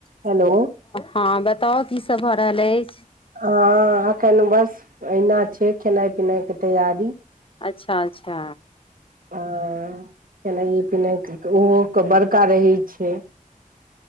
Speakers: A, on the right; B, on the left.
A: Hello
B: हँ बताउ कीसभ भऽ रहल अइछ।
A: हँ अखैन बस अहिना छैय खेनाइ पिनाइ के तैयारी।
B: अच्छा- अच्छा।
A: आ खेनाइए पिनाइके ओहो क बड़का रहै छैय